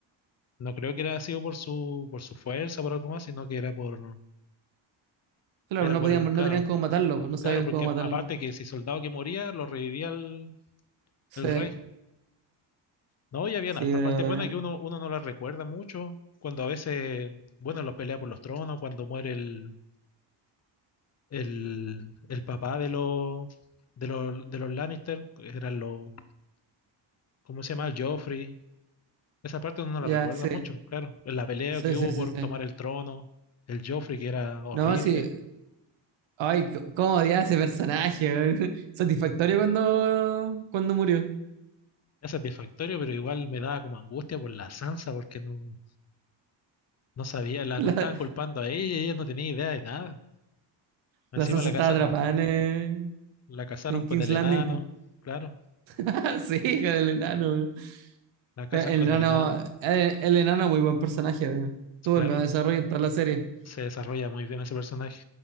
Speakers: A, on the left (about 35°); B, on the right (about 75°).
A: No creo que era sido por su por su fuerza, por algo más, sino que era por
B: Claro,
A: era
B: no
A: por
B: podían,
A: el, claro,
B: no tenían cómo matarlo, pues no sabían
A: claro, porque
B: cómo matarlo.
A: aparte que si soldado que moría lo revivía el,
B: Sí,
A: el rey. No, y habían
B: sí,
A: hartas
B: pero
A: partes buenas
B: eh,
A: que uno, uno no las recuerda mucho. Cuando a veces, bueno, los pelea por los tronos, cuando muere el, el, el papá de los, de los, de los Lannister, que eran los, ¿cómo se llama? El Joffrey. Esa parte uno no
B: ya,
A: la recuerda
B: sí,
A: mucho, claro. La pelea
B: sí,
A: que hubo
B: sí, sí,
A: por
B: sí.
A: tomar el trono, el Joffrey que era horrible.
B: No, sí. Ay, c- cómo odiaba a ese personaje. weón. <laughs> Satisfactorio cuando, cuando murió.
A: Es satisfactorio, pero igual me daba como angustia por la Sansa, porque no, no sabía, la
B: <laughs> La,
A: cu- estaban culpando a ella y ella no tenía idea de nada. Encima
B: la Sansa
A: la
B: estaba
A: casa,
B: atrapada en, eh,
A: la casaron
B: en
A: con
B: King's
A: el
B: Landing,
A: enano,
B: pues.
A: claro.
B: <laughs> Sí, hija del enano.
A: La casan
B: Eh,
A: con
B: El enano,
A: el enano.
B: eh, el enano es muy buen personaje. eh. Tuvo
A: Claro,
B: el mejor desarrollo en toda la serie.
A: se desarrolla muy bien ese personaje.